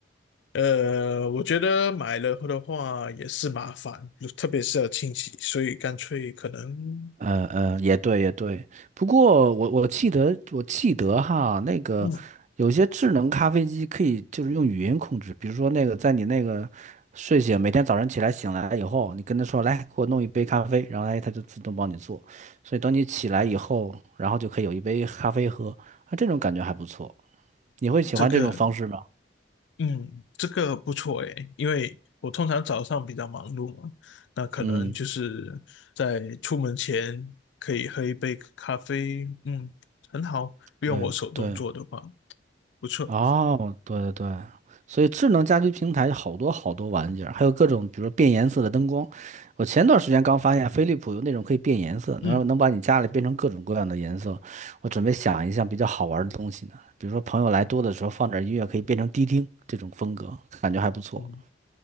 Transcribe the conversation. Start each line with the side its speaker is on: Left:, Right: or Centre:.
Left: 呃，我觉得买了的话也是麻烦，就特别是要清洗，所以干脆可能，
Right: 呃呃，也对也对。不过我我记得我记得哈，那个有些智能咖啡机可以就是用语音控制，
Left: 嗯，
Right: 比如说那个在你那个睡醒每天早上起来醒来以后，你跟他说来给我弄一杯咖啡，然后哎他就自动帮你做。所以等你起来以后，然后就可以有一杯咖啡喝，啊，这种感觉还不错。你会喜欢这种方式吗？
Left: 这个，嗯，这个不错诶，因为我通常早上比较忙碌嘛，那可能就是在出门前可以喝一杯咖啡，
Right: 嗯。
Left: 嗯，很好，用我手动做的话，
Right: 对对，
Left: 不错，
Right: 哦，对对对，所以智能家居平台有好多好多玩意儿，还有各种比如说变颜色的灯光。我前段时间刚发现飞利浦有那种可以变颜色，能让能把你家里变成各种各样的颜色。
Left: 嗯。
Right: 我准备想一项比较好玩儿的东西呢，比如说朋友来多的时候放点儿音乐，可以变成迪厅这种风格，感觉还不错。
Left: 嗯